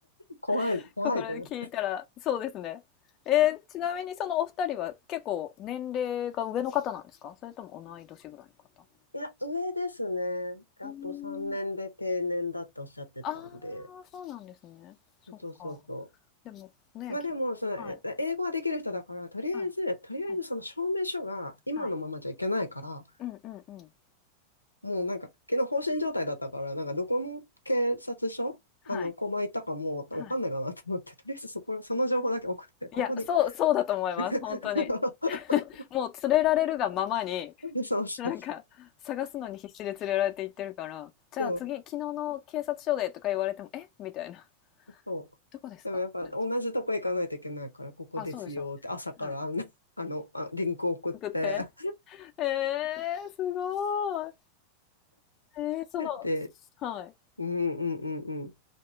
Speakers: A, on the left; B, on the left.
A: 怖い、
B: <laughs>
A: 怖いと思って。
B: ここで聞いたら、そうですね。えー、ちなみにそのお二人は結構年齢が上の方なんですかそれとも同い年ぐらいの方
A: いや、上ですね。あと3年で定年だっておっしゃってたんで。
B: うーん。ああ、そうなんですね。そっか。
A: そうそうそうそ
B: でもね、
A: う。まあでも、
B: きはい、
A: その、え英語ができる人だから、とりあえず、
B: はい、
A: とりあえずその証明書が今のままじゃいけないから、
B: はい、はい。うんうんうん。
A: もうなんか、昨日放心状態だったから、なんかどこの警察署、
B: はい、
A: あの、コマ行ったかもうわかんないかなと思って、
B: はい。
A: とりあえずそこ、その情報だけ送って、ここに。
B: いや、そう、そうだと思います。
A: <laughs>
B: 本当に。もう連れられるがままに、
A: そうそう
B: なんか探すのに必死で連れられていってるから、じゃあ次、
A: そう。
B: 昨日の警察署でとか言われても、えみたいな。
A: そう。
B: どこですかってなっちゃ
A: でもやっぱ同じとこ行かないといけないから、ここですよって朝からあの、
B: う。あ、そうでしょうね。はい。
A: あの、あリンク送って、
B: 送って。えー、すごい。えー、その、
A: で、
B: はい。
A: うんうんうんうん。